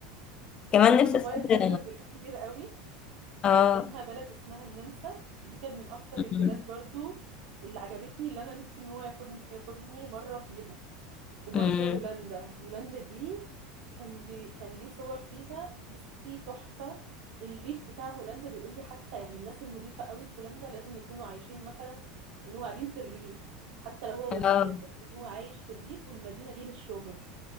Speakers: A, on the left; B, on the right.
A: <laughs>
B: بس
A: كمان
B: انا
A: نفسي
B: بابايا
A: اسافر
B: سافر بلاد كتير قوي
A: اه
B: كان منها بلد اسمها النمسا دي كانت من اكتر
A: أمم.
B: البلاد برضو اللي عجبتني اللي انا نفسي ان هو ياخدني ياخدني مرة فيها وبرضه
A: أمم.
B: هولندا هولندا دي كان بي... كان ليه صور فيها بصي تحفة الريف بتاع هولندا بيقول لي حتى يعني الناس النظيفة قوي في هولندا لازم يكونوا عايشين مثلا اللي هو قاعدين في الريف حتى لو هو
A: اه
B: وزير بس ان هو عايش في الريف والمدينة دي للشغل